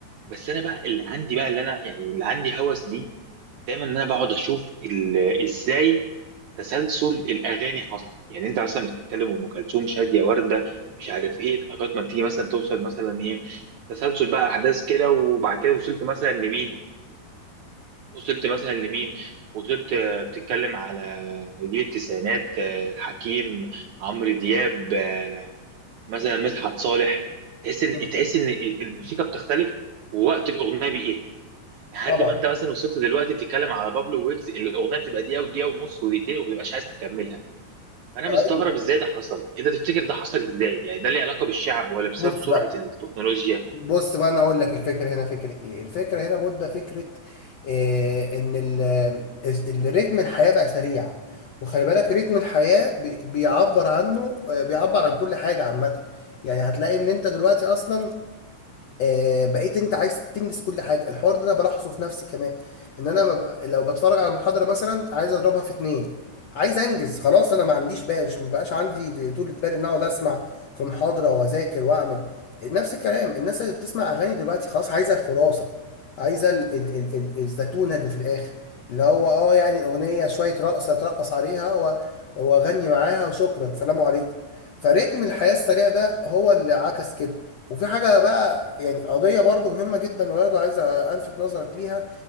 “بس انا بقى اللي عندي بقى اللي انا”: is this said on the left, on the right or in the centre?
Right